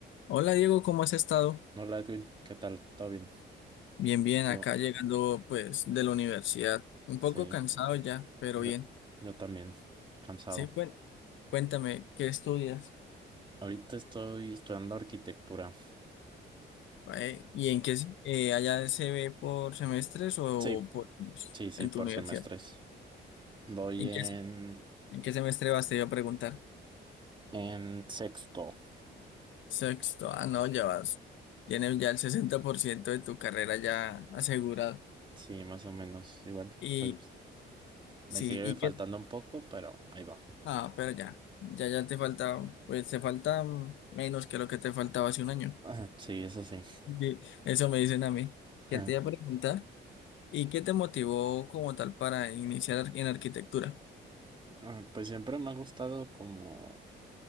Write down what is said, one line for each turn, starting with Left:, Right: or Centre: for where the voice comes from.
Left: Hola Diego, ¿cómo has estado?
Right: Hola Edwin, ¿qué tal? ¿Todo bien?
Left: Bien, bien,
Right: Yo,
Left: acá llegando pues de la universidad. Un poco
Right: sí,
Left: cansado ya, pero
Right: yo,
Left: bien.
Right: yo también, cansado.
Left: Sí, cuen- cuéntame, ¿qué estudias?
Right: Ahorita estoy estudiando arquitectura.
Left: Eh, ¿y en qué se- eh, allá se ve por semestres o
Right: Sí,
Left: por años
Right: sí, sí,
Left: en
Right: por
Left: tu universidad?
Right: semestres. Voy
Left: ¿En
Right: en,
Left: qué, en qué semestre vas? Te iba a preguntar.
Right: en sexto,
Left: Sexto, ah, no, ya vas. Tienes ya el 60% de tu carrera ya asegurado.
Right: sí, más o menos, igual.
Left: Y
Right: Pues me
Left: sí,
Right: sigue
Left: ¿y
Right: faltando
Left: qué?
Right: un poco, pero ahí va.
Left: Ah, pero ya, ya, ya te falta, pues te falta menos que lo que te faltaba hace un año.
Right: <laughs> Sí, eso sí.
Left: Di- Eso me dicen a mí.
Right: <laughs>
Left: ¿Qué te iba a preguntar, ¿y qué te motivó como tal para iniciar ar- en arquitectura?
Right: Ah, Pues siempre me ha gustado como